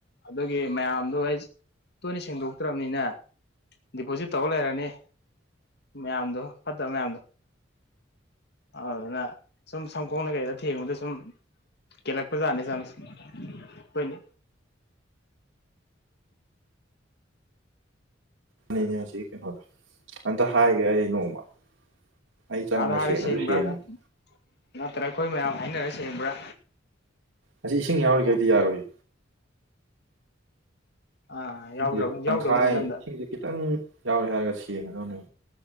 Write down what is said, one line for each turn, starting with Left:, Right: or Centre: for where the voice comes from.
Left: ꯑꯗꯨꯒꯤ ꯃꯌꯥꯝꯗꯣ ꯇꯣꯏꯅ ꯁꯦꯡꯗꯣꯛꯇ꯭ꯔꯕꯅꯤꯅ ꯗꯤꯄꯣꯖꯤꯠ ꯇꯧꯔ ꯂꯩꯔꯅꯤ ꯃꯌꯥꯝꯗꯣ ꯐꯠꯇꯕ ꯃꯌꯥꯝꯗꯣ ꯑꯗꯨꯅ ꯁꯨꯝ ꯁꯝꯈꯣꯡꯗ ꯀꯩꯗ ꯊꯦꯡꯕꯗ ꯁꯨꯝ꯫ ꯀꯦꯂꯒꯄꯖꯥꯅꯦ <unintelligible>
Right: ꯁꯤꯗꯤ ꯑꯁꯤ ꯀꯩꯅꯣꯗꯣ꯫ ꯑꯝꯇ ꯍꯥꯏꯒꯦ ꯑꯩ ꯅꯣꯡꯃ ꯑꯩ ꯆꯪꯉꯒ
Left: ꯀꯥꯗ ꯍꯥꯏꯔ
Right: ꯁꯦꯡꯉꯁꯨ
Left: ꯁꯦꯡꯕ꯭ꯔꯥ
Right: ꯁꯦꯡꯉꯒꯦ
Left: ꯅꯠꯇ꯭ꯔꯥ ꯑꯩꯈꯣꯏ ꯃꯌꯥꯝ ꯍꯥꯏꯅꯔ ꯁꯦꯡ ꯁꯦꯡꯕ꯭ꯔꯥ꯫
Right: ꯃꯁꯤ ꯏꯁꯤꯡ ꯌꯥꯎꯔꯤꯈꯩꯗꯤ
Left: ꯇꯧ
Right: ꯌꯥꯔꯣꯏ꯫
Left: ꯑꯥ
Right: ꯁꯤꯡꯁ
Left: ꯌꯥꯎꯗ꯭ꯔꯕ
Right: ꯇꯪꯈꯥꯏ
Left: ꯌꯥꯎꯗꯕ ꯅꯨꯃꯤꯠ ꯑꯝꯗ
Right: ꯏꯁꯤꯡꯁꯦ ꯈꯤꯇꯪ꯫ ꯌꯥꯎꯔꯦ ꯍꯥꯏꯔꯒ ꯁꯦꯡꯒꯗꯧꯅꯦ꯫